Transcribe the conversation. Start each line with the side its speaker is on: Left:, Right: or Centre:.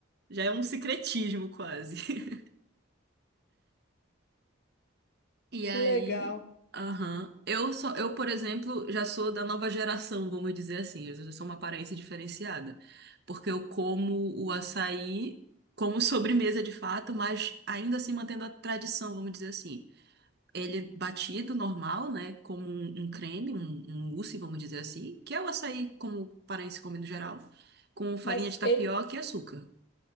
Right: Já é um secretismo quase. <laughs> E aí,
Left: que legal.
Right: aham. Eu só, eu, por exemplo, já sou da nova geração, vamos dizer assim. Eu já sou uma aparência diferenciada, porque eu como o açaí como sobremesa de fato, mas ainda assim mantendo a tradição, vamos dizer assim. Ele batido normal, né, como um, um creme, um, um mousse, vamos dizer assim, que é o açaí como paraense come no geral, com farinha
Left: Mas
Right: de tapioca
Left: ele.
Right: e açúcar.